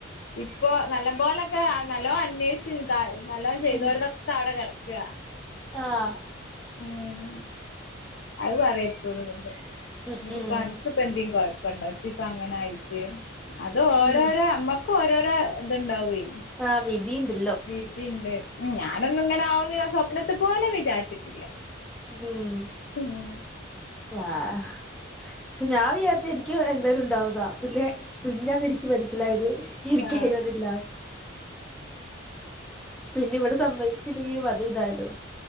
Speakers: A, on the left; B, in the centre.
A: ഇപ്പോ നല്ല പോലൊക്കെ നല്ലോ അന്വേഷിച്ചുക്ക നല്ലോ ചെയ്തോരതൊക്കെ
B: ഉം
A: അവിടെ കിടക്ക
B: ആഹ്
A: ഉം അത് പറയപ്പോഴ എന്നണ്ട്
B: ഉം
A: എന്നിട്ടിപ്പ
B: ഉം
A: അൻക്ക്പ്പ എന്തെ കൊഴപ്പണ്ടോ ജ് ഇപ്പ അങ്ങനയി ട്ട് അത് ഓരോരോ
B: ഉം
A: അമ്മക്കും ഓരോരോ ഇത്ണ്ടാവേ
B: ആഹ് വിധിണ്ട്
A: വിധിണ്ട് ഉം ഞാനൊന്നും ഇങ്ങനെ ആവുന്ന് ഞാൻ സ്വപ്നത്തി പോലും വിചാരിച്ചിട്ടില്ല
B: ഉം
A: ഉം
B: ആഹ് ഞാൻ വിചാരിച്ച് എനിക്ക് എന്തേലും ഉണ്ടാവുന്നാ പിന്നെ പിന്നാന്ന് എനിക്ക് മനസ്സിലായത് എനക്ക്ഴിയുന്നില്ല
A: ആഹ്
B: പിന്നെ ഇവിടെ സംഭവച്ചില്ലെങ്കിൽ അതും ഇതാലോ